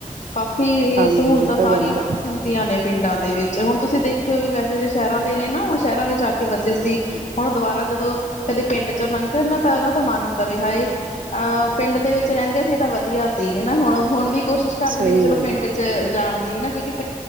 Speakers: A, on the left (about 55°); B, on the right (about 80°).
A: ਕਾਫੀ
B: ਹਾਂਜੀ
A: ਸਹੂਲਤਾਂ
B: ਇਹ ਤਾਂ
A: ਸਾਰੀਆਂ
B: ਗੱਲ ਹੈ
A: ਹੁੰਦੀਆਂ ਨੇ। ਪਿੰਡਾਂ ਦੇ ਵਿੱ ਜੇ ਹੁਣ ਤੁਸੀਂ ਦੇਖਓ ਵੀ ਵੈਸੇ <unintelligible> ਸ਼ਹਿਰਾਂ ਦੇ ਨੇ ਨਾ ਹੁਣ ਸ਼ਹਿਰਾਂ ਵਿੱਚ ਆ ਕੇ ਵਸੇ ਸੀ। ਹੁਣ ਦੁਬਾਰਾ ਜਦੋਂ ਕਦੇ ਪਿੰਡ ਚੋਂ ਲੰਘਣ ਨਾ ਤਾਂ ਉਹਨਾਂ ਦਾ ਮਨ ਹੁੰਦਾ ਵੀ ਹਾਏ ਪਿੰਡ ਦੇ ਵਿੱਚ ਰਹਿੰਦੇ ਸੀ ਤਾਂ ਵ ਵਧੀਆ ਸੀ ਹਨਾ ਹੁਣ-ਹੁਣ ਵੀ ਕੋਸ਼ਿਸ਼ ਕਰਦੇ
B: ਸਹੀ
A: ਨੇ ਵੀ ਚਲੋ
B: ਗੱਲ
A: ਪਿੰਡ
B: ਆ
A: ਚ ਜਾਣ ਦੀਨਾ ਕਿਉਂਕਿ <unintelligible>